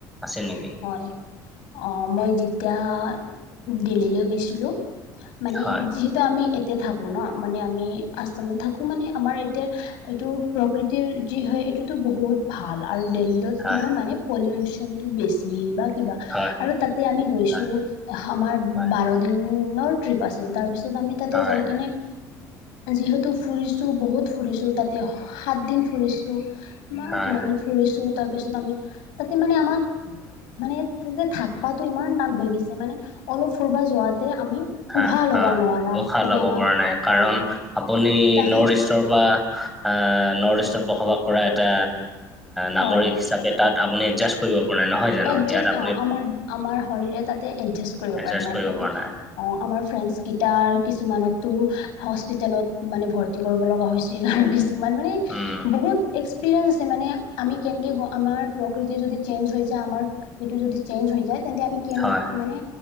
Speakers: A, in the centre; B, on the left.
A: আছে নেকি।
B: হয় অ' মই যেতিয়া দিল্লীলৈ গৈছিলোঁ, মানে
A: হয়
B: যি <unintelligible> আমি এতে থাকোঁ ন' মানে আমি আসামত থাকোঁ মানে আমাৰ এতিয়া এইটো প্ৰকৃতিৰ যি হয় এইটোতো বহুত ভাল আৰু দেল্লোত
A: হয়
B: কিহৰ মানে পলিলুচোনটো বেছি বা কিবা
A: হয়
B: আৰু তাতে আমি গৈছোঁ
A: হয়
B: আমাৰ
A: হয়
B: বাৰ দিনৰ ট্ৰিপ আছিল তাৰ পিছত আমি তাতে
A: হয়
B: যাই কিনে যিহেতু ফুৰিছোঁ বহুত ফুৰিছোঁ তাতে সাত দিন ফুৰিছোঁ, <unintelligible>
A: হয়
B: ফুৰিছোঁ তাৰপিছত আমি, তাতে মানে আমাক মানে তাতে থাকপাটো ইমান টান হৈ গৈছে মানে অলপ ফুৰবা যোৱাতে আমি
A: হা
B: উশাহ
A: হয়
B: ল'বা নোৱাৰা
A: উশাহ
B: মানে
A: ল'ব
B: আমাক
A: পৰা নাই কাৰণ
B: অ
A: আপুনি
B: তাহাৰ
A: নৰ্থ ইষ্টৰ পৰা অ' নৰ্থ ইষ্টত বসবাস কৰা এটা নাগৰিক
B: হয়
A: হিচাপে তাত আপুনি এজাষ্ট কৰিব পৰা নহয় জানো
B: এদজা
A: ইয়াত আপুনি
B: অ' আমাৰ আমাৰ শৰীৰে তাতে এদজাষ্ট কৰিব
A: এডজাষ্ট
B: পাৰে নাই
A: কৰিব
B: তাতে।
A: পৰা নাই
B: অ' আমাৰ ফ্ৰেণ্ডচ কেইটাৰ কিছুমানকতো হস্পিতালত মানে ভৰ্তি কৰিব লগা হৈছিল আৰু কিছুমান মানে
A: উম।
B: বহুত এক্সপিৰিয়েন্স আছে মানে আমি কেনকে গ আমাৰ প্ৰকৃতি যদি চেঞ্জ হৈ যে আমাৰ এইটো যদি চেঞ্জ হৈ যায় তেন্তে আমি কে
A: হয়
B: মানে